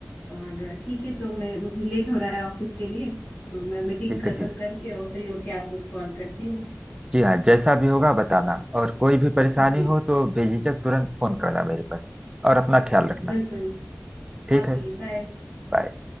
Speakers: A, on the left (about 40°); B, on the right (about 15°).
A: और ठीक है तो मैं मुझे लेट हो रहा है ऑफिस के लिए तो मैं मीटिंग
B: ठीक
A: खत्म
B: है जी
A: करके और फ्री होके आपको कॉल करती हूँ
B: जी हाँ जैसा भी होगा बताना और कोई भी परेशानी
A: जी
B: हो तो बेझिझक तुरंत फोन करना मेरे पास और अपना ख्याल रखना
A: बिल्कुल
B: ठीक
A: आप
B: है
A: भी बाय
B: बाय